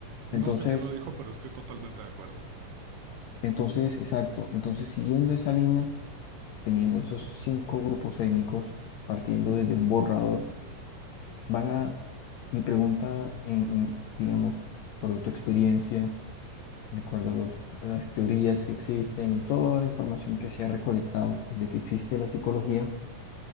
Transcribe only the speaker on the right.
No
sé quién lo dijo, pero estoy totalmente de acuerdo.